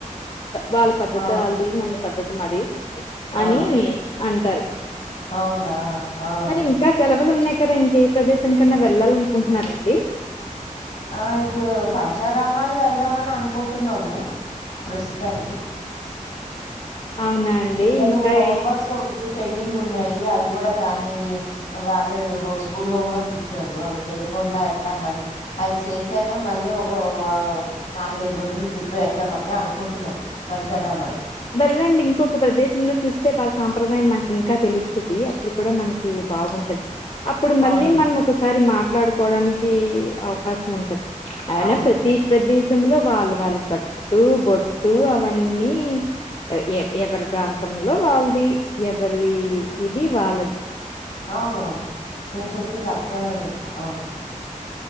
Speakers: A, on the left; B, on the left.
A: వాళ్ళ పద్ధతి
B: ఆ!
A: అది మన పద్ధతి మరి
B: ఆ!
A: అని అంటారు
B: అవునా! ఆ!
A: మరి ఇంకా సెలవులు ఉన్నాయి ఇక్కడ ఇంక ఏ ప్రదేశానికికన్నా వెళ్లాలని అనుకుంటున్నారండి
B: ఆ ఇటు పంచారామాలు వెళ్దామని అనుకుంటున్నాము ప్రస్తుతానికి
A: అవునా అండి
B: పిల్లలు
A: ఇంకా
B: హోమ్
A: ఏం
B: వర్క్స్ ఉ పెండింగ్ ఉన్నాయి అవి కూడా కానీ వాళ్ళు స్కూల్ హోమ్వర్క్స్ ఇచ్చారు అవి చేయకుండా ఎట్లా మళ్ళీ అవి చేసాక మళ్ళీ ఒక నాలుగైదు రోజులు ట్రిప్ వేద్దామ అని అనుకుంటున్నాం మంచారమల్
A: వెళ్ళండి ఇంకొక ప్రదేశంలో చూస్తే వాళ్ళ సాంప్రదాయం మనకి ఇంకా తెలుస్తుంది అప్పుడు కూడా మనకి బాగుంటది అప్పుడు మళ్ళీ
B: అవునండి
A: మనం ఒకసారి మాట్లాడుకోడానికి అవకాశం ఉంటది అవునా
B: అవునండి
A: ప్రదేశ ప్రదేశంలో వాళ్ళు వాళ్ళ కట్టు బొట్టు అవన్నీ ఎ ఎవరి ప్రాంతంలో వాళ్ళది ఎవరి ఇది వాళ్ళది
B: అవును నేను చెప్పింది అక్షరాల నిజం అవును